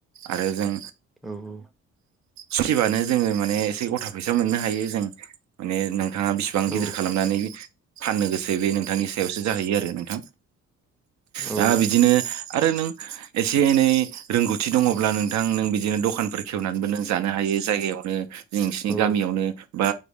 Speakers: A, on the right; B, in the centre.
A: आरो जों
B: औ औ
A: सुखिबानो जोङो माने एसे गथा फैसा मोननो हायो जों माने नोंथाङा बिसिबां बिसेबां
B: औ
A: गिदिर खालामनानै फाननो गोसो बे नोंथांनि सायावसो जाहैयो आरो नोंथां
B: औ
A: दा बिदिनो आरो नों एसे एनै रोंगौथि दङब्ला नोंथां नों बिदिनो दखानफोर खेवनानैबो नों जानो हायो जायगायावनो नोंसिनि
B: औ
A: गामियावनो बा